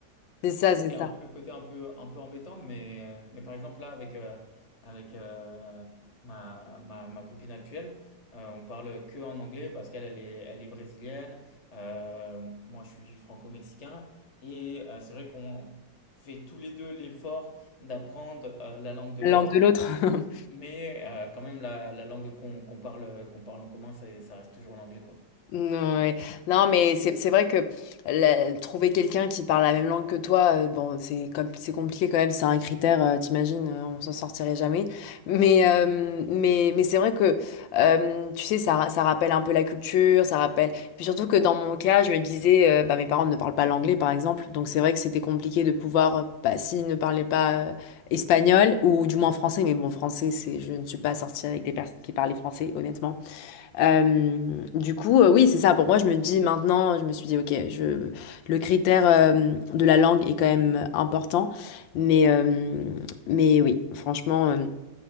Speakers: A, on the left; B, on the left.
A: c'est ça,
B: et c'était
A: c'est ça.
B: un peu le côté un peu, un peu embêtant, mais, mais par exemple là avec, euh, avec euh, ma, ma, ma copine actuelle, euh, on parle que en anglais parce qu'elle elle est, elle est brésilienne, euh, moi je suis franco-mexicain, et euh, c'est vrai qu'on fait tous les deux l'effort d'apprendre euh, la langue de
A: La
B: l'autre,
A: langue de l'autre. <laughs>
B: mais euh, quand même la, la langue qu'on qu'on parle, qu'on parle en commun, c'est- ça reste toujours l'anglais quoi.
A: Ouais. Non, mais c'est c'est vrai que la- trouver quelqu'un qui parle la même langue que toi, euh, bon, c'est comme c'est compliqué quand même, c'est un critère, euh, t'imagines, euh, on s'en sortirait jamais. Mais euh, mais mais c'est vrai que euh, tu sais, ça ra- ça rappelle un peu la culture, ça rappelle. Et Puis surtout que dans mon cas, je me disais, euh, bah mes parents ne parlent pas l'anglais par exemple, donc c'est vrai que c'était compliqué de pouvoir, euh, bah s'ils ne parlaient pas euh, espagnol ou du moins français, mais bon, français, c'est, je ne suis pas sortie avec des personnes qui parlaient français, honnêtement. Euh, du coup, euh, oui, c'est ça. Pour moi, je me dis maintenant, je me suis dit, ok, je, le critère euh, de la langue est quand même important, mais, euh, mais oui, franchement, euh,